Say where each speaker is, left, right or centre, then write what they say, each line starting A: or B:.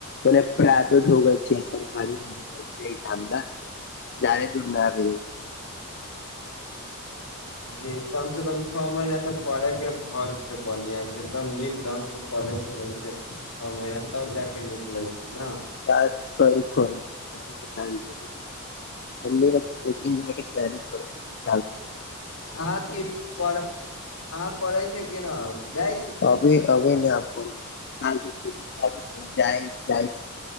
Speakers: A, on the left (about 50°); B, on the left (about 80°).
A: ओने प्राइवेट हो गेल छैय
B: छियै
A: सरकारीय मे भेजय छैय <unintelligible> जादे दूर नऽ भेजै छीये
B: <inaudible> <inaudible> जी कम से कम छह महीना तऽ पढ़े के परे छैय बढ़आ से एकदम नीक ढंग से पढ़े के हो छै छओ महीना तब जाके निकले छै ने
A: बात सही कहे छैय धान जर छैय हमें कोचिंग जाय के तैयारी करे छैय
B: आहा क पढ़ अह पढ़ै छैय कि नऽ जाइ छी कोचिंग
A: अभी अभी
B: पढ़े
A: नय प छैय <unintelligible> काल जई छी